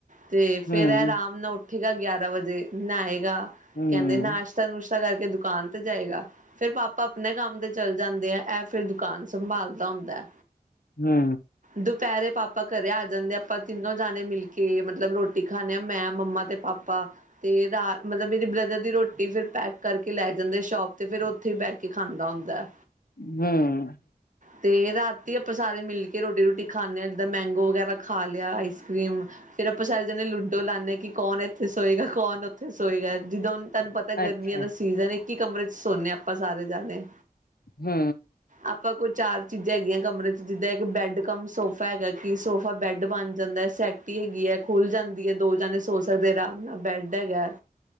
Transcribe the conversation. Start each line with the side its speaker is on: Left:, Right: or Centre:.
Right: ਤੇ ਫੇਰ
Left: ਹਮ
Right: ਏ ਆਰਾਮ ਨਾਲ ਉੱਠੇਗਾ ਗਿਆਰਾਂ ਵਜੇ ਨਾਏਗਾ
Left: ਹਮ
Right: ਕੈਦੇ ਨਾਸ਼ ਨਾਸ਼ਤਾ ਨੁਸ਼ਤਾ ਕਰਕੇ ਦੁਕਾਨ ਤੇ ਜਾਏਗਾ। ਫੇਰ ਪਾਪਾ ਆਪਣੇ ਕੰਮ ਤੇ ਚੱਲ ਜਾਂਦੇ ਐ ਐ ਫਿਰ ਦੁਕਾਨ ਸੰਭਾਲਦਾ ਹੁੰਦੈ।
Left: ਹੂੰ।
Right: ਦੁਪਹਿਰੇ ਪਾਪਾ ਘਰੇ ਆ ਜਾਂਦੇ ਆ ਆਪਾਂ ਤਿੰਨੋ ਜਣੇ ਮਿਲ ਕੇ ਮਤਲੱਬ ਰੋਟੀ ਖਾਂਦੇ ਹਾਂ ਮੈਂ ਮੰਮਾ ਤੇ ਪਾਪਾ ਤੇ ਮਤਲੱਬ ਮੇਰੀ ਬ੍ਰਦਰ ਦੀ ਰੋਟੀ ਫਿਰ ਪੈਕ ਕਰਕੇ ਲੈ ਜਾਂਦੇ ਸ਼ੋਪ ਤੇ ਫਿਰ ਉੱਥੇ ਬਹਿ ਕੇ ਖਾਂਦਾ ਹੁੰਦਾ
Left: ਹੂੰ <unintelligible>
Right: ਤੇ ਰਾਤੀ ਹੀ ਆਪਾਂ ਸਾਰੇ ਮਿਲ ਕੇ ਕਿ ਰੋਟੀ ਰੋਟੀ ਖਾਂਦੇ ਹਾਂ ਜਿੱਦਾਂ ਮੈਂਗੋ ਵਗੈਰਾ ਖਾ ਲਿਆ ਆਈਸ ਕਰੀਮ ਫਿਰ ਆਪਾਂ ਸਾਰੇ ਜਣੇ ਲੂਡੋ ਲਾਂਦੇ ਹਾਂ ਕਿ ਕੌਣ ਇੱਥੇ ਸੋਏਗਾ ਕੌਣ ਉਥੇ ਸੋਏਗਾ ਜਿੱਦਾਂ ਹੁਣ ਤੁਹਾਨੂੰ ਪਤਾ ਗਰਮੀਂਆਂ
Left: ਅੱਛਾ
Right: ਦਾ ਸੀਜ਼ਨ ਇੱਕ ਈ ਕਮਰੇ ਚੱ ਸੋਨੇ ਆਪਾਂ ਸਾਰੇ ਜਣੇ
Left: ਹੂੰ
Right: ਆਪਾਂ ਕੋਈ ਚਾਰ ਚੀਜ਼ਾਂ ਹੈਗੀਆਂ ਕਮਰੇ ਚ ਜਿੱਦਾਂ ਇੱਕ ਬੈਡ ਕਮ ਸੋਫਾ ਹੈਗਾ ਕਿ ਸੋਫਾ ਬੈਡ ਬਣ ਜਾਂਦਾ ਐ ਸੈਟੀ ਹੈਗੀ ਐ ਖੁੱਲ ਜਾਂਦੀ ਐ ਦੋ ਜਾਣੇ ਸੋ ਸਕਦੇ ਆਰਾਮ ਨਾਲ ਬੈਡ ਹੈਗਾ।